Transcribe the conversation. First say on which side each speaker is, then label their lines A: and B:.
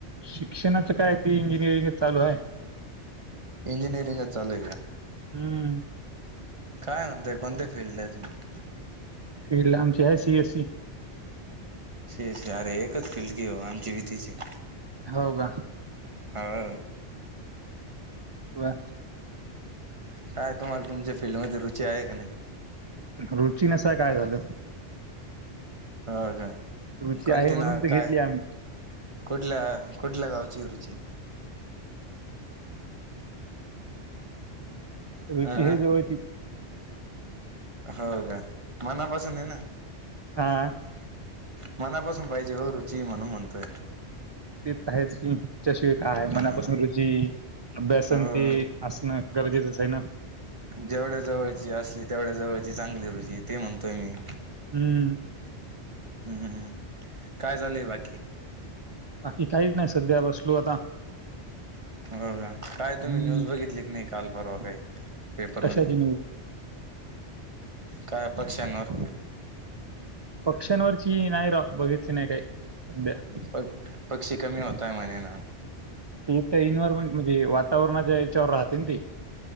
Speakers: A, on the right (about 45°); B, on the right (about 30°).
A: शिक्षणाचं काय ते इंजिनिअरिंग चालू हाय.
B: इंजिनिरिंग चालू हाय का?
A: हं.
B: काय म्हणताय कोणत्या फिल्डला हाय तुम्ही?
A: फिल्डला आमची I C S C.
B: C S C अरे एकच फिल्ड की वो आमची भी तीच ए.
A: हो का?
B: हो.
A: वा.
B: काय, तुम्हाला तुमच्या फील्डमध्ये रुची आहे का नाही?
A: रुची नसाय काय झालं?
B: हो का?
A: रुची
B: <unintelligible>
A: आहे म्हणून तर
B: काय?
A: घेतली आम्ही.
B: कुठल्या कुठल्या गावची ए रुची?
A: रुचि
B: अ
A: हे जवळचीच.
B: हो का? मनापासून ए ना?
A: हां,
B: मनापासून पाहिजे हो रुची म्हणून म्हणतोय.
A: ते त आहेच की. त्याच्या शिवाय काय ए मनापासून
B: ह ह
A: रुची. ची अभ्यासन
B: हो
A: ते असणं गरजेचंच आहे ना?
B: जेवढ्या जवळची असली, तेवढ्या जवळची चांगली रुची ते म्हणतोय मी.
A: हम्म.
B: हम्म. काय चालूय बाकी?
A: बाकी काहीच नाही. सध्या बसलो आता.
B: हो का? काय तुम्ही
A: हम्म
B: न्यूज बघितली की नाही काल परवा काही पेपरमध्ये?
A: कशाची न्यूज
B: काय पक्षांवर?
A: पक्ष्यांवरची नाही राव. बघितली नाही काही सध्या.
B: प पक्षी कमी होताय म्हणे ना.
A: ते तर इनव्हायरमेंट म्हणजे, वातावरणाच्या याच्यावर राहतय ना ते?